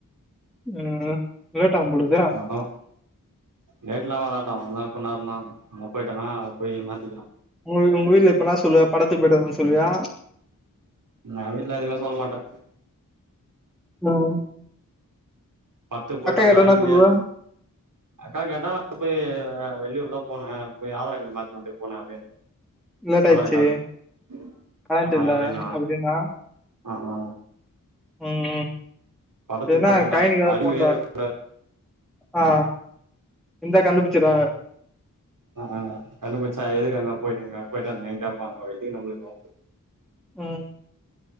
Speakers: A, in the centre; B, on the right.
A: ம் ம் லேட்டாவுபோலகிது
B: ஆ லேட்லா ஆவாது டேல்டாவு இன்னு ஆப்னவர்தான அங்க போயிட்டனா போய் மாத்திக்கலா
A: உங் உங்க வீட்ல இப்பனா சொல்லுவ படத்துக் போயிட் வந்தன் சொல்வியா
B: நா வீட்ல எதுமே சொல் மாட்ட
A: நாம்
B: பட்த்துக் போயிட் வந்
A: கிட்ட
B: அறிகுறியே
A: என்ன சொல்லுவ?
B: அக்கா கேட்டா போய் வெளியூர் தா போன போய் ஆதார் கார்ட் மாத்தின் வற்துக் போன அப்படின்ற
A: லேட் ஆயிடுச்சு
B: ஆதார் காமின்
A: கரண்ட்
B: அப்டின்னுவ
A: இல்ல அப்டின்னா
B: அ அ
A: ம் ம்
B: படத்துக்கு
A: ஏனா
B: போயிட்டு வந்தா
A: <unintelligible>
B: அறிகுறியா இருக்கு
A: ஆ இந்தா கண்டுபுச்சிடுவாங்க
B: அ ஆ கண்டுபுச்சா எதுக் அங்க போயினிகே போயிட் வந்திகே கேப்பாங்கோ எதுக்கு நம்ளுக்கு வம்பு
A: ம்